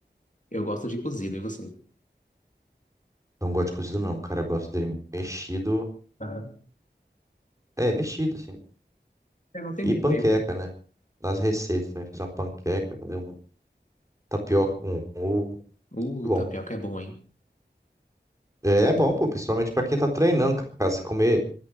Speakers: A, on the left (about 45°); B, on the right (about 15°).
A: Eu gosto de cozido, e você?
B: Não gosto de cozido, não, cara. Eu gosto dele mexido.
A: Ah,
B: É, mexido, assim.
A: É, não tem
B: E
A: micro-ondas,
B: panqueca,
A: né?
B: né? Nas receitas também. Fiz uma panqueca, fazer um tapioca com ovo.
A: Uh,
B: Muito bom.
A: tapioca é bom, hein?
B: É
A: Até.
B: é bom, pô. Principalmente pra quem tá treinando, cara. Se comer